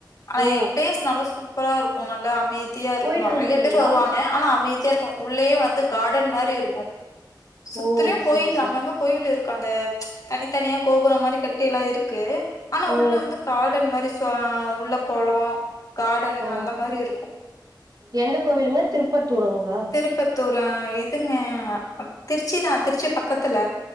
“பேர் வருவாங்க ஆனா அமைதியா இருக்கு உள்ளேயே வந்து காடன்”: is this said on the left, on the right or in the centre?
Left